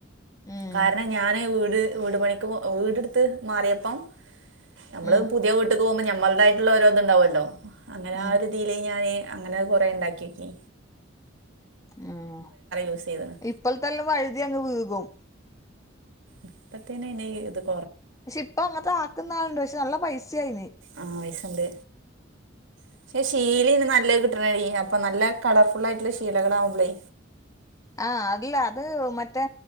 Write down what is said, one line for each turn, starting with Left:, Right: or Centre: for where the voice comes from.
Left: ഉം
Right: കാരണം ഞാന് വീട് വീട് പണിക്ക് വീടെടുത്ത് മാറിയപ്പം നമ്മള്
Left: ഉം
Right: പുതിയ വീട്ടക്ക് പോകുമ്പോ നമ്മളുടെ തായിട്ടുള്ള ഓരോ ഇത്ണ്ടാവുല്ലോ അങ്ങനെ
Left: ഉം
Right: ആ ഒരു തീല് ഞാന് അങ്ങനെ കൊറെ ഉണ്ടാക്കിനോക്കി
Left: ഉം
Right: യൂസ് ചെയ്ത്ണ്
Left: ഇപ്പോൾ ത്തെ വഴുതി അങ്ങ് വീകും
Right: ഇപ്പത്തനെ എനെ ഏതും
Left: പക്ഷെ ഇപ്പം അങ്ങനത്തെ ആക്കുന്ന ആളുണ്ട് പക്ഷെ നല്ല പൈസ അയ്ന്
Right: ആ പൈസണ്ട് പക്ഷെ ശീലിം നല്ലത് കിട്ടണടീ അപ്പൊ നല്ല കളർഫുൾ ആയിട്ടുള്ള ശീലകൾ ആവുമ്പളേ
Left: ആ അല്ല അത് മറ്റേ